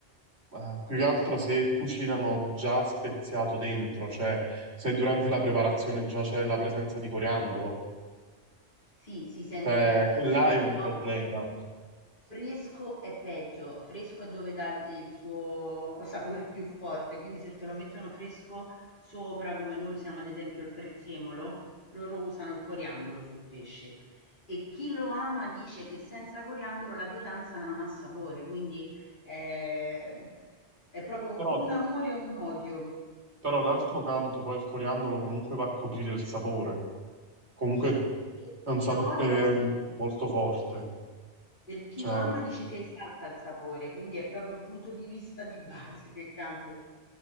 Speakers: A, on the right; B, on the left.
A: Eh, più che altro se cucinano già speziato dentro, cioè se durante la preparazione già c'è la presenza di coriandolo,
B: Sì, si sente
A: cioè
B: tantissimo,
A: là è un
B: però
A: problema.
B: Fresco è peggio, fresco è dove dà il il suo <laughs> sapore più forte, quindi se te lo mettono fresco sopra, come noi usiamo ad esempio il prezzemolo, loro usano il coriandolo sul pesce. E chi lo ama dice che senza coriandolo la pietanza non ha sapore, quindi è, è proprio o
A: Però,
B: un amore o un odio.
A: però d'altro canto poi il coriandolo comunque va a coprire il sapore, comunque
B: Per
A: è un
B: chi
A: sapore
B: lo odia sì,
A: molto forte,
B: per chi
A: cioè
B: lo ama dice che esalta il sapore, quindi è proprio il punto di vista di base che cambia.